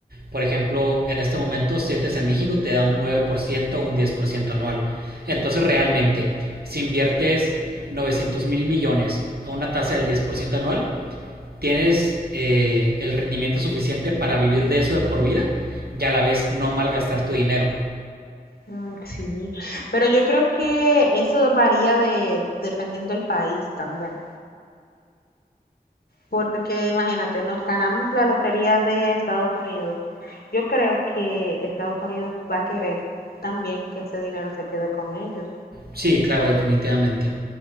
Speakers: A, on the right (about 75°); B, on the left (about 75°).
A: Por ejemplo, en este momento CETES en México te da un 9% o un 10% anual. Entonces realmente, si inviertes novecientos mil millones a una tasa del 10% anual, tienes eh, el rendimiento suficiente para vivir de eso de por vida y a la vez no malgastar tu dinero.
B: mm, sí, pero yo creo que eso varía de, dependiendo del país también. Porque imagínate, nos ganamos la lotería de Estados Unidos. Yo creo que Estados Unidos va a querer también que ese dinero se quede con ellos.
A: Sí, claro, definitivamente.